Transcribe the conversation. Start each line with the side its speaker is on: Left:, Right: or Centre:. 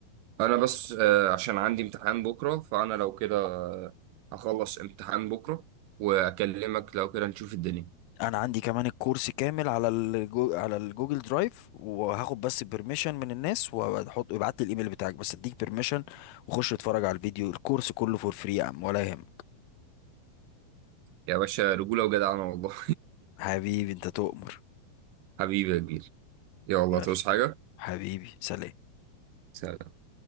Right: انا بس آه، عشان عندي امتحان بكره فانا لو كده آه، هخلص امتحان بكره واكلمك لو كده نشوف الدنيا
Left: انا عندي كمان الكورس كامل على الجو... على الجوجل درايف وهاخد بس بيرميشن من الناس وهحط ابعت لي الايميل بتاعك بس اديك بيرميشن وخش اتفرج على الفيديو الكورس كله فور فري يا عم ولا يهم
Right: يا باشا رجوله وجدعنه والله
Left: حبيبي انت تؤمر
Right: <laughs> حبيبي يا كبير يلا
Left: يلا
Right: توس حاجه
Left: حبيبي سلام
Right: سلام.